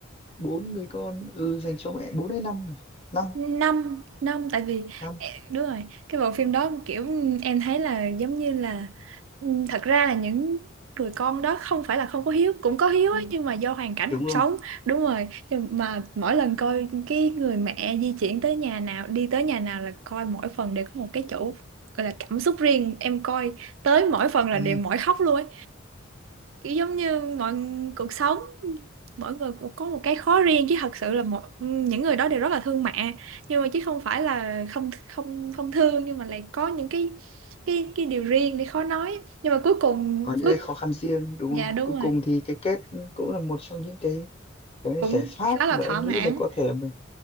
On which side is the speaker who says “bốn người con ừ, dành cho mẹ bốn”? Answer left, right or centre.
Left